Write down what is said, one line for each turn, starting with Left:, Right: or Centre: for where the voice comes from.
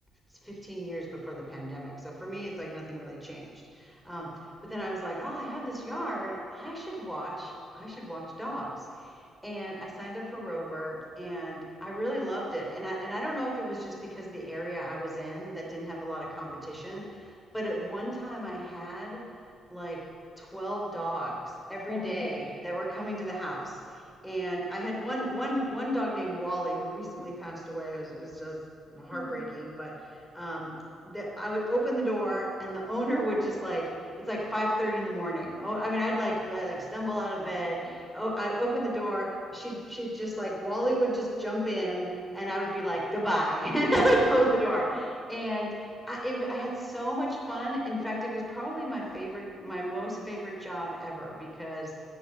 Centre: 15 years before the pandemic. So for me, it's like nothing really changed. Um, but then I was like, oh, I have this yard. I should watch. I should watch dogs and I signed up for Rover and I really loved it. And I and I don't know if it was just because the area I was in that didn't have a lot of competition, but at one time I had like 12 dogs every
Left: Oh
Centre: day
Left: my gosh.
Centre: that were coming to the house. And I had one one one dog named Wally who recently passed away. It was, it was just heartbreaking,
Left: Hmm.
Centre: but um that I would open the door and the owner would just like it's like 5:30 in the morning. Oh, I mean I'd like I'd like stumble out of bed. Oh, I'd open the door she'd she'd just like Wally would just jump in and I would be like goodbye <laughs> and I would
Left: <laughs>
Centre: close
Left: Wow.
Centre: the door and I it, w- I had so much fun in fact it was probably my favorite my most favorite job ever because